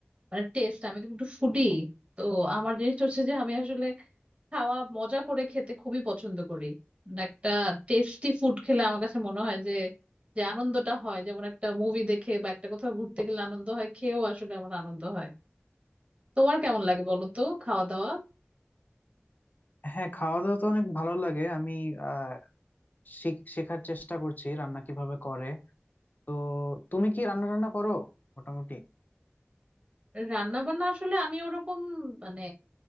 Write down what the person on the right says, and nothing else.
মানে টেস্ট আমি তো একটু ফুডি তো আমার জিনিসটা হচ্ছে যে আমি আসলে খাওয়া মজা করে খেতে খুবই পছন্দ করি মানে একটা টেস্টি ফুড খেলে আমার কাছে মনে হয় যে যে আনন্দটা হয় যেমন একটা মুভি দেখে বা একটা কোথাও ঘুরতে গেলে আনন্দ হয় খেয়েও আসলে আমার আনন্দ হয় তোমার কেমন লাগে বলো তো খাওয়া দাওয়া
রান্না বান্না আসলে আমি ওরকম মানে